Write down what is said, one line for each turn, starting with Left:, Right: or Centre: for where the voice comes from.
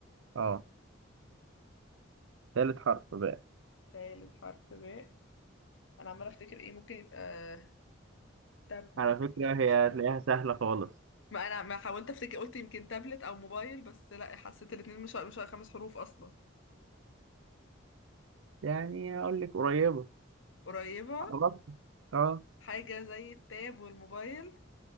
Right: اه تالت حرف باء
Left: تالت حرف باء انا عمالة افتكر ايه ممكن يبقى آه، تابلت
Right: على فكرة
Left: لا مش
Right: هي هتلاقيها سهلة خالص
Left: ما انا ما حاولت افتكر قلت يمكن تابلت او موبايل بس لا حسيت الاتنين مش مش خمس حروف اصلا
Right: يعني اقول لك قريبة
Left: قريبة
Right: خلاص اه
Left: حاجة زي التاب والموبايل